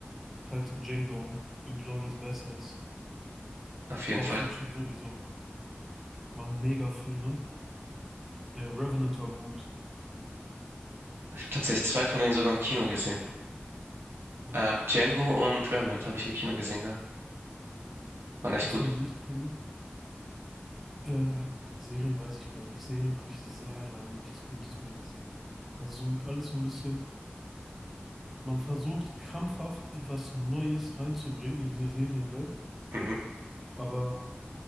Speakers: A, in the centre; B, on the right.
A: Halt Django, Inglourious Basterds,
B: auf jeden
A: Pulp
B: Fall.
A: Fiction sowieso. Waren mega Filme. Äh, Revenant war gut.
B: Ich habe tatsächlich zwei von denen sogar im Kino gesehen.
A: Ja,
B: Ähm, Django und Revenant habe ich im Kino gesehen gehabt. Waren echt
A: das
B: gut.
A: waren gute Filme. Äh, Serien weiß ich gar nicht. Serien habe ich sehr lange nichts Gutes mehr gesehen. Das ist so, ein- alles so ein bisschen. Man versucht krampfhaft etwas Neues reinzubringen in diese Serienwelt,
B: Mhm.
A: aber